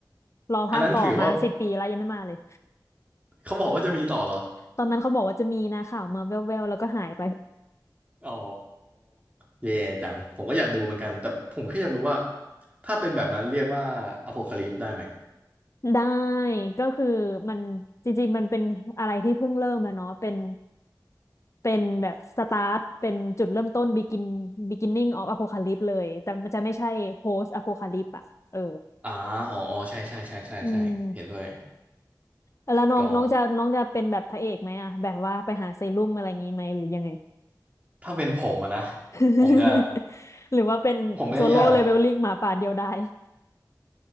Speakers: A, on the left (about 40°); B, on the right (about 20°).
A: รอภาคต่อมาสิบปีแล้วยังไม่มาเลย
B: อันนั้นถือว่าเขาบอกว่าจะมีต่อเหรอ
A: ตอนนั้นเขาบอกว่าจะมีนะข่าวมาแว่วๆแล้วก็หายไป
B: อ๋อเย่จังผมก็อยากดูเหมือนกันแต่ผมแค่อยากรู้ว่าถ้าเป็นแบบนั้นเรียกว่าอโพคาลิปได้ไหม
A: ได้ ก็คือมันจริงๆมันเป็นอะไรที่เพิ่งเริ่มแล้วเนาะเป็นเป็นแบบสตาร์ท เป็นจุดเริ่มต้น begin beginning of apocalypse เลย แต่มันจะไม่ใช่ post apocalypse อะเออ
B: อ่าอ๋ออ๋อใช่ใช่ใช่ใช่ใช่เห็นด้วย
A: อืมแล้วน้องน้องจะน้องจะเป็นแบบพระเอกไหมอะ
B: ก็
A: แบบว่าไปหาเซรุ่มอะไรอย่างงี้ไหมหรือยังไง
B: ถ้าเป็นผมอะนะ
A: <laughs>
B: ผมจะ
A: หรือว่าเป็นโซโล่เลเวลลิ่งหมาป่าเดียวดาย
B: ผมไม่อยาก